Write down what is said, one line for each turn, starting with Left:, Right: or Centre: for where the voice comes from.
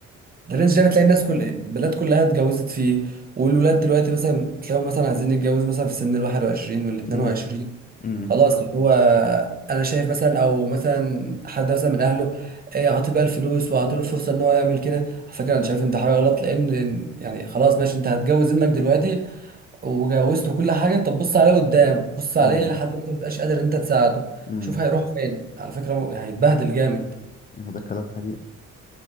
Right: ده الرينج ده بتلاقي الناس كل البلاد كلها اتجوزت فيه والولاد دلوقتي مثلا تلاقيهم مثلا عايزين يتجوزوا مثلا في سن ال 21 وال 22
Left: امم امم
Right: خلاص اللي هو انا شايف مثلا او مثلا حد مثلا من اهله إيه، اعطيه بقى الفلوس واعطيه له فرصه ان هو يعمل كده على فكره انا شايف ان ده حاجه غلط لان يعني خلاص ماشي انت هتجوز ابنك دلوقتي وجوزته كل حاجه طب بص عليه قدام بص عليه
Left: امم
Right: لحد ما انت ما تبقاش قادر إن انت تساعده
Left: امم
Right: شوف هيروح فين على فكره هو هيتبهدل جامد
Left: ده كلام حقيقي